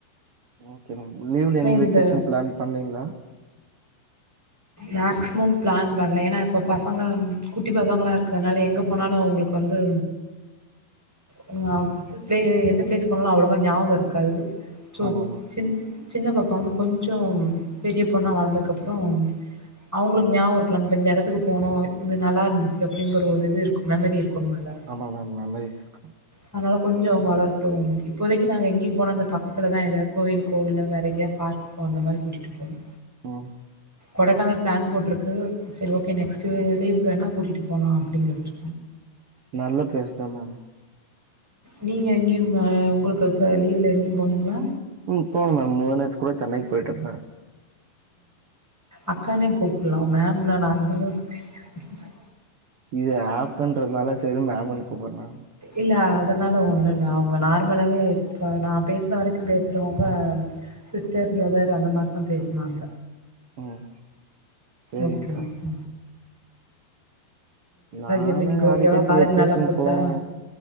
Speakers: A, on the right; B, in the centre.
A: ஓகே மேம் லீவ்ல எங்கேயு
B: இந்த
A: வெக்கேஷன் ப்ளான் பண்ணீங்களா
B: மேக்சிமம் ப்ளான் பண் ல ஏனா இப்ப பசங்க குட்டி பசங்களாருக்கிறதுனால எங்க போனாலு அவுங்குளுக்கு வந்து ஒ பிளே எந்த பிளேஸ் போனாலு அவ்வளவா ஞாபகோருக்காது சோ
A: ஆமா மேம்
B: சின் சின்ன பாப்பா வந்து கொஞ்சோம் பெரிய பொண்ணா வளர்ந்தக்கப்பறம் அவுங்குளுக்கு ஞாபகம் லாம் நம்ம இந்த எடத்துக்கு போனோ இது நல்லாருந்துச்சு அப்பிடிங்ற ஒரு இது இருக்கு மெமரி இருக்கும்ல்ல
A: ஆமா மேம் மெமரீஸ்ஸுக்கு
B: அதனால கொஞ்சோ அவுங்க வளரட்டும் இப்போதைக்கி நாங்க எங்கியும் போனா அந்த பக்கத்துல தான் எதாது கோயில் கோவில்ல வேற எங்கயாது பார்க் கோ அந்த மாரி கூட்டிட்டு போவோம்
A: ம்
B: கொடைக்கானல் ப்ளான் போட்ருக்கு சரி ஓக்கே நெக்ஸ்ட்டு லீவுக்கு வேணா கூட்டிட்டு போலா அப்பிடிங்கிறட்டு
A: நல்ல ப்ளேஸ் தா மேம்
B: நீங்க எங்கியு ஆ ப உங்குளுக்கு இப்ப லீவ்ல எங்கியும் போனீங்ளா
A: ம் போன மேம் முந்தா நேத்து கூட சென்னைக்கு போயிட்டு வந்தே
B: அக்கானே கூப்புல்லா மேம்லா நா அந்தளவுக்கு பெரியாள்ளே
A: இது ஏப்புன்றதுனால சரின்னு மேம்முன்னு கூப்புட்றே
B: இல்ல அதனால ஒன்னுல்ல அவுங்க நார்மலாவே இப்ப நா பேசுற வரைக்கு பேசுறவுங்க சிஸ்டர் ப்ரதர் அந்த மார்தான பேசுனாங்க
A: ம் சரிங்க்கா
B: ஓக்கே ஓக்கே
A: நானு
B: எப்டி இன்னைக்கு ஓகேவா
A: அடிக்கடிக்கு
B: காலேஜ்
A: வெக்கேஷன்
B: நல்லா போச்சா
A: போவே